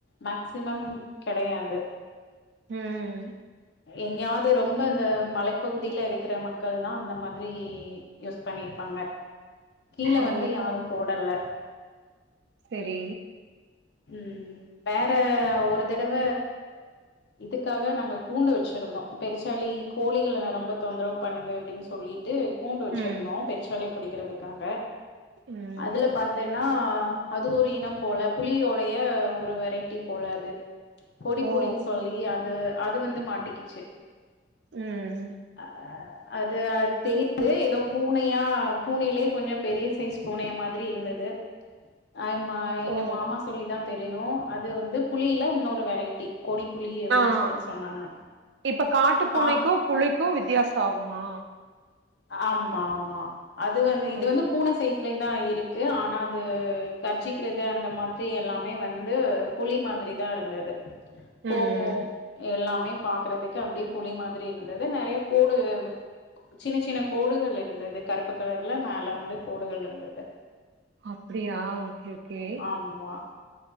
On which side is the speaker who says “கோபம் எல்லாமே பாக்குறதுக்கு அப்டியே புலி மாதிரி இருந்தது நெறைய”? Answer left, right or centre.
Left